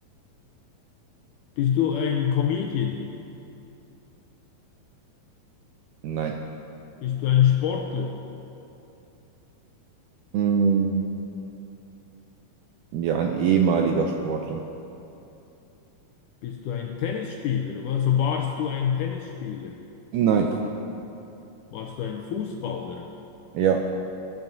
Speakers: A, on the left (about 80°); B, on the right (about 80°).
A: Bist du ein Comedian?
B: nein.
A: Bist du ein Sportler?
B: Hm, ja, ein ehemaliger Sportler.
A: Bist du ein Tennisspieler? Also warst du ein Tennisspieler?
B: Nein,
A: Warst du ein Fußballer?
B: ja.